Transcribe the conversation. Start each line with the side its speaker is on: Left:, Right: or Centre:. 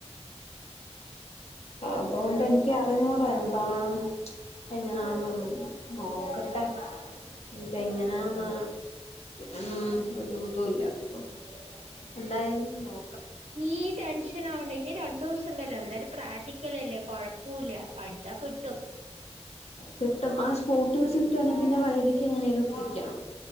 Left: അതുകൊണ്ട് എനിക്ക് അറിഞ്ഞൂടാ എന്താണ് എങ്ങനാന്നൊന്നും നോക്കട്ടെ ഇപ്പ എങ്ങനാന്ന്
Right: ഓഹ് ഓഹ്
Left: ഒന്നും ഒരുതുംല്ല അപ്പൊ എന്തായാലും നോ
Right: നീ ടെൻഷനാവണ്ട ഇനി രണ്ടു ദിവസണ്ടല്ലോ എന്തായാലും പ്രാക്ടിക്കലല്ലേ കുഴപ്പൂല്ല പഠിച്ചാ കിട്ടും
Left: കിട്ടും ആ സ്പോട്ടി വെച്ച് കിട്ടാണെങ്കി പിന്നെ വൈവക്ക് എങ്ങനേലും ഒപ്പിക്കാം